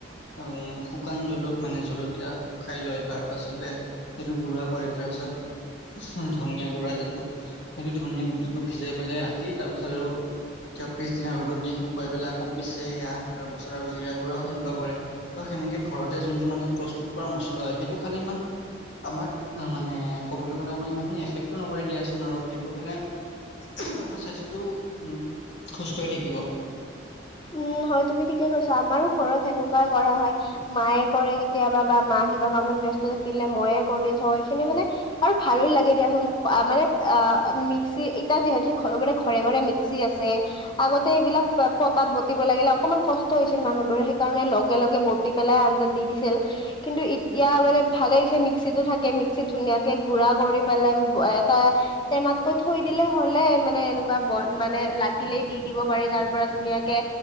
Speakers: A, on the left (about 70°); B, on the left (about 25°).
A: উ শুকান জ মানে জলকীয়া শুককাই লয় তাৰ পাছতে সেইটো গুৰাা কৰে তাৰ পিছত ধনিয়া গুড়া যিটো সেইটো ধনিয়া গুটিটো ভিজাই পেলাই ৰাতি তাৰপিছত আৰু কিয় পিছদিনা ৰ'দত দি শুকুৱাই পেলাই আকৌ পিছে সেয়া, তাৰ পাছত আৰু জিৰা গুড়াওঁ সেনেকুৱা কৰে। ত সেনেকে ঘৰতে যোনটো মানে প্ৰস্তুত কৰা মছলা হয় সেইটো খালে ইমান আমাক মানে ক'বলৈ গ'লে আমাক ইমানখিনি এফেক্টো নকৰি দিয়াচোন আৰু সেইবোৰ খালে আমাৰ স্বাস্থ্যটো উম সুস্থ হৈ থাকিব
B: উম হয় তুমি ঠিকে কৈছা আমাৰো ঘৰত সেনেকুৱাই কৰা হয় মায়ে কৰে কেতিয়াবা বা মা কিবা কামত ব্যস্ত থাকিলে মইয়ে কৰি থওঁ এইখিনি মানে আৰু ভালো লাগে দিয়াচোন মানে অ মিক্সি এতিয়া যিহেতু ঘ ঘৰে ঘৰে মিক্সি আছে আগতে এইবিলাক তাত বটিব লাগিলে অকনমান কষ্ট হৈছিল মানুহবোৰে সেইকাৰণে লগে লগে বটি পেলাই আঞ্জাত দি দিছিল কিন্তু এতিয়া মানে ভালে হৈছে মিক্সিতো থাকে মিক্সিত ধুনীয়াকে গুড়া কৰি পেলাই এটা টেমাতকৈ থৈ দিলে হলে মানে এনেকুৱা বন মানে লাগিলেই দি দিব পাৰি তাৰ পৰা ধুনীয়াক